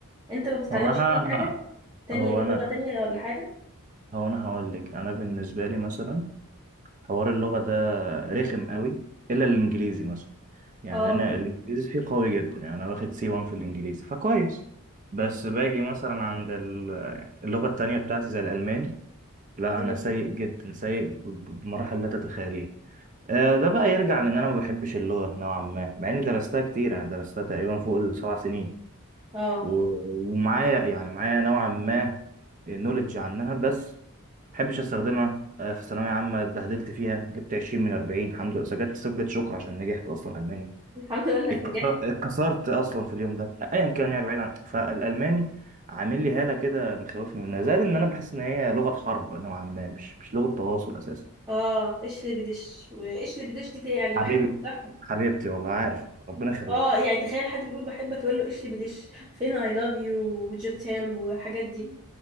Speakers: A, on the right (about 20°); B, on the right (about 35°).
A: انت ما بتتعلمش
B: هو انا
A: اي حاجه تانية
B: هو
A: غير
B: انا
A: لغه تانية ولا حاجه
B: هو انا هقول لك انا بالنسبه لي مثلا حوار اللغه ده رخم قوي الا الانجليزي مثلا يعني
A: اه
B: انا الانجليزي فيه قوي جدا يعني انا واخد سي 1 في الانجليزي فكويس بس باجي مثلا عند ال- اللغه التانية بتاعتي زي الالماني لا
A: مم.
B: انا سيء جدا سيء ب- ب- بمراحل لا تتخيليه آه، ده بقى يرجع لان انا ما بحبش اللغه نوعا ما مع اني درستها كتير يعني درستها تقريبا فوق السبع سنين
A: اه
B: و- ومعايا يعني معايا نوعا ما نولج عنها بس ما بحبش استخدمها آه، في ثانويه عامه اتبهدلت فيها جبت 20 من 40 الحمد لله سجلت سجلت شكر عشان نجحت اصلا الماني
A: الحمد لله انك
B: اتكسر-
A: رجعت
B: اتكسرت اصلا في اليوم ده ايا كان يعني بعيد عن فالالماني عامل لي هاله كده مخوفني منها زائد ان انا بحس ان هي لغه حرب نوعا ما مش مش لغه تواصل اساسا
A: اه اشلي بدش واشلي بدش دي, دي يعني
B: حبيبي
A: بحب صح
B: حبيبتي والله عارف ربنا يخليك
A: اه
B: والله.
A: يعني تخيل حد بيقول بحبك يقول له اشلي بدش فين اي لاف يو وجوتام والحاجات دي